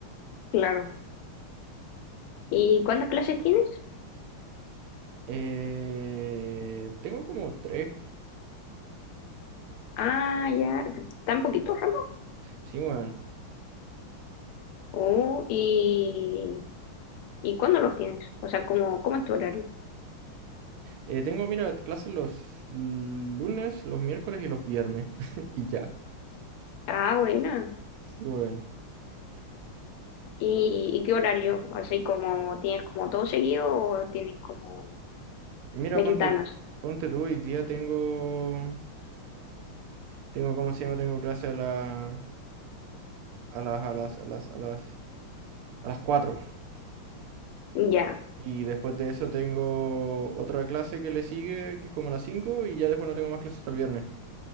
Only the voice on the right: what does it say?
eh, tengo como tres,
sí, bueno.
Eh, tengo, mira, clases los lunes, los miércoles y los viernes <laughs> y ya,
sí, bueno.
Mira,
ponte, ponte tú, hoy día tengo... Tengo, ¿cómo se llama? Tengo clase a la- a las, a las, a las, a las, a las cuatro
Y después de eso tengo otra clase que le sigue, que es como a las 5 y ya después no tengo más clases hasta el viernes.